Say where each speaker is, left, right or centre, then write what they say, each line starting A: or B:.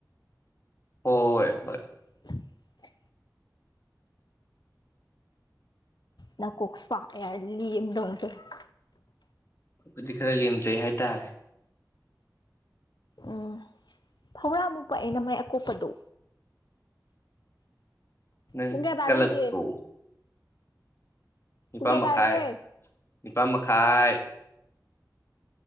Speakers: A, on the left; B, on the left.
A: ꯍꯣꯏ ꯍꯣꯏ
B: <unintelligible> ꯅꯀꯣꯛ ꯆꯥꯛꯑꯦ ꯍꯥꯏꯔꯗꯤ <unintelligible>
A: ꯈꯣꯏꯗꯤ ꯈꯔ ꯂꯦꯝꯖꯩ ꯍꯥꯏꯇꯥꯔꯦ
B: ꯎꯝ ꯐꯧꯔꯥ ꯃꯨꯛ ꯄꯥꯛꯑꯦ ꯅꯃꯥꯏ ꯑꯀꯣꯞꯄꯗꯣ
A: ꯅꯪ
B: ꯄꯨꯡ ꯀꯌꯥ ꯇꯥꯔꯦ
A: ꯀꯥꯂꯛꯄ꯭ꯔꯣ
B: ꯍꯧꯖꯤꯛ
A: ꯅꯤꯄꯥꯥꯟ
B: ꯄꯨꯡ ꯀꯌꯥ
A: ꯃꯈꯥꯏ
B: ꯇꯥꯔꯒꯦ
A: ꯅꯤꯄꯥꯥꯟ ꯃꯈꯥꯏ